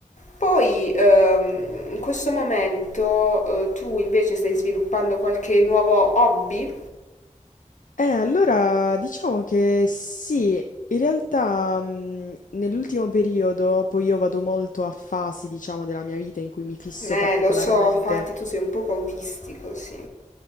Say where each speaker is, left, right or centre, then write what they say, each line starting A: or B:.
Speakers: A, on the left (about 65°); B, on the left (about 85°).
A: Poi ehm, in questo momento eh, tu invece stai sviluppando qualche nuovo hobby?
B: Eh, allora diciamo che sì, in realtà mh, nell'ultimo periodo, poi io vado molto a fasi, diciamo, della mia vita in cui mi fisso
A: Eh,
B: particolarmente.
A: lo so, infatti tu sei un poco autistico, sì.